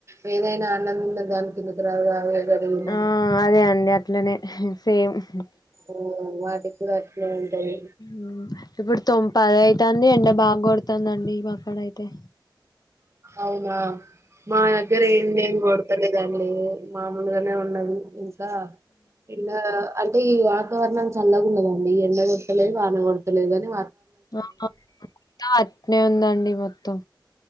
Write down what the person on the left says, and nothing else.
ఆ అదే అండి అట్లనే సేమ్ ఉఎ
ఉమ్ ఇప్పుడు తొంప్ పదే తంది ఎండ బాగా కొడతంది ఈ పక్కడ అయితే
ఆ ఆ అట్నే ఉందండి మొత్తం